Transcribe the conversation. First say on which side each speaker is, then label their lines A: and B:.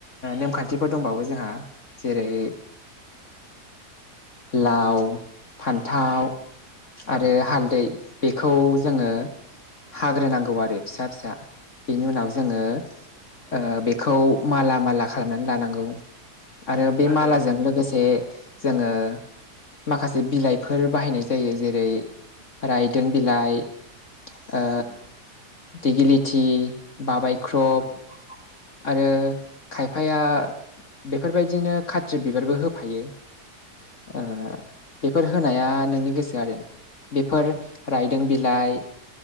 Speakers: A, on the left; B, on the right.
A: नेमखान्थिफोर दंबावो जोंहा जेरै लाव फान्थाव
B: औ
A: आरो हालदै बेखौ जोङो हाग्रोनांगौ आरो फिसा फिसा बेनि उनाव जोङो ओ बेखौ माला माला खालामनानै लानांगौ आरो बे
B: आरो
A: मालाजों लोगोसे जोङो माखासे बिलाइफोर बाहायनाय जायो जेरै रायदों बिलाइ ओ
B: औ
A: दिगिलिथि बाबायख्रब
B: औ
A: आरो खायफाया बेफोरबायदिनो खाथ्रि बिबारबो होफायो ओ बेफोर होनाया नोंनि गोसो आरो बेफोर रायदों बिलाइ